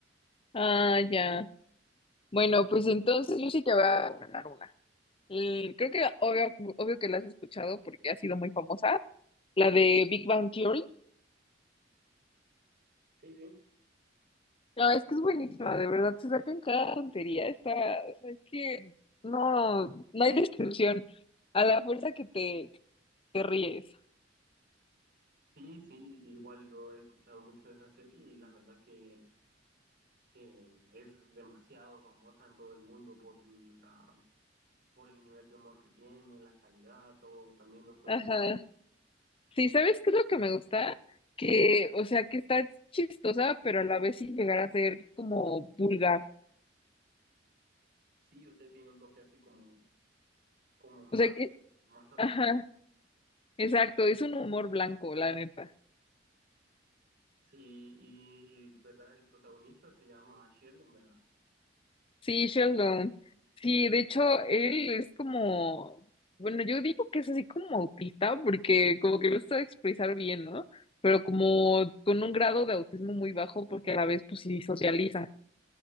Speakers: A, on the left; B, on the right.
A: ah, ya. Bueno, pues entonces yo sí te voy a recomendar una. Mm, creo que obvio, obvio que la has escuchado porque ha sido muy famosa, la de Big Bang Theory.
B: Sí, sí.
A: No, es que es buenísima, de verdad, se sacan cada tontería, está, o sea, es que no, no hay descripción, a la fuerza que te, te ríes.
B: Sí, sí, igual yo he escuchado mucho de esa serie y la verdad que, que es demasiado famosa en todo el mundo por la, por el nivel de humor que tiene, la calidad, todo, también los protagonistas.
A: Ajá. Sí, ¿sabes qué es lo que me gusta? Que, o sea, que está chistosa, pero a la vez sin llegar a ser como vulgar.
B: Sí, yo sé, tiene un toque así como, como más,
A: O sea que,
B: más atrevido.
A: ajá, exacto, es un humor blanco, la neta.
B: Sí, y verdad, el protagonista se llama Sheldon, ¿verdad?
A: Sí, Sheldon. Sí, de hecho, él es como, bueno, yo digo que es así como autista, porque como que lo sabe expresar bien, ¿no? Pero como con un grado de autismo muy bajo, porque a la vez, pues sí socializa,